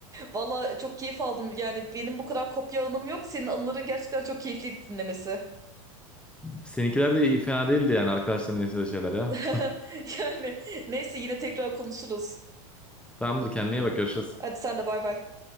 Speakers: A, on the right; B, in the centre.
A: Valla çok keyif aldım. Yani benim bu kadar kopya anım yok. Senin anıların gerçekten çok keyifli dinlemesi.
B: Seninkiler de iyi fena değildi yani arkadaşların yaşadığı şeyler ya.
A: <laughs> Yani neyse yine tekrar konuşuruz.
B: Tamamdır kendine iyi bak görüşürüz.
A: Hadi sen de bay bay.